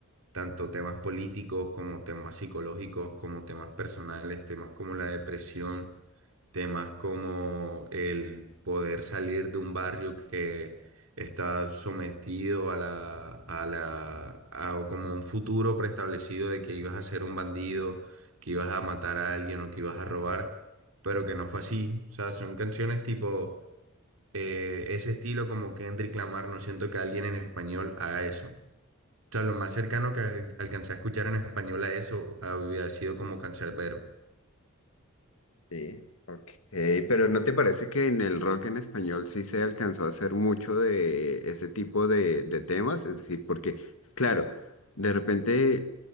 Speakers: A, on the right; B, on the left.
A: tanto temas políticos como temas psicológicos, como temas personales, temas como la depresión, temas como el poder salir de un barrio que está sometido a la, a la, a- o como un futuro preestablecido de que ibas a ser un bandido, que ibas a matar a alguien o que ibas a robar, pero que no fue así. O sea, son canciones tipo eh, ese estilo como Kendrick Lamar, no siento que alguien en español haga eso. O sea, lo más cercano que alcancé a escuchar en español a eso había sido como cancerbero.
B: Sí, ok. Pero ¿no te parece que en el rock en español sí se alcanzó a hacer mucho de ese tipo de, de temas? Es decir, porque, claro, de repente,